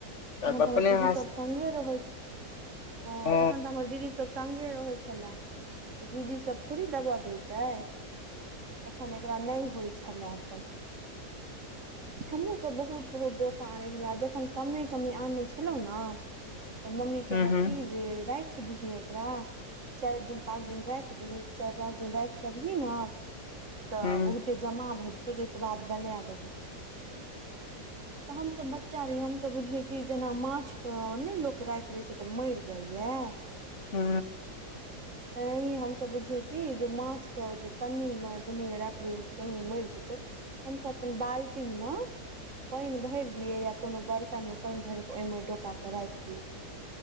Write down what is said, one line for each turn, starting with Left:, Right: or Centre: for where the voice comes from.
Right: तखन
Left: अपने
Right: तऽ हमर दीदी
Left: हाथ
Right: सब संगे रहै छै <inaudible> ह
Left: हँ
Right: तखन तऽ हमर दीदी सब संगे रहैत छले तऽ दीदी सब थोड़ी दबा देैते तखन एकरा नहि होइत छलए अपन हमहूँ सभ बहुत बहुत डोका आनै छलहुँ आ जखन कमे कमे आनै छलहुँ नऽ तऽ मम्मी
Left: हूँ
Right: कहै
Left: हूँ
Right: कि जे राखि दही एकरा चारि दिन पाँच दिन राखि दबही चारि पाँच दिन राखि देबही नऽ तऽ
Left: हूँ
Right: बहुते जमा भ जेतो तय कऽ बाद बना देबो तऽ हम सब बच्चा रहिए हम सब बुझेये कि जेना माछ के नहि लोक राखि दै छै तऽ मरि जाइया
Left: हू
Right: तेनाहिय हम सब बुझियै कि जे माछके जे पन्नी मऽ जेनेहि राखबै तेना मरि जेतै हम सभ अपन बाल्टीिन मऽ पानि भरि लियै या कोनो बर्तन मऽ पानि भरि कऽ ओहिमे डोका कऽ राखि दियै